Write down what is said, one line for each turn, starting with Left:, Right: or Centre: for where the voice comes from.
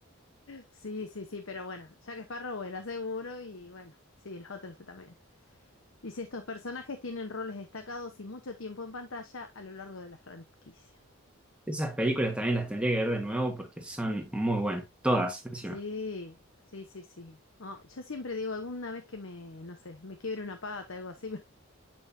Left: Sí, sí, sí, pero bueno, Jack Sparrow era seguro y bueno, sí, los otros también. Dice, estos personajes tienen roles destacados y mucho tiempo en pantalla a lo largo de la franquicia.
Centre: Esas películas también las tendría que ver de nuevo porque son muy buenas. Todas, encima.
Left: Sí, sí, sí, sí. Oh, yo siempre digo, alguna vez que me, no sé, me quiebre una pata, algo así, <laughs> me,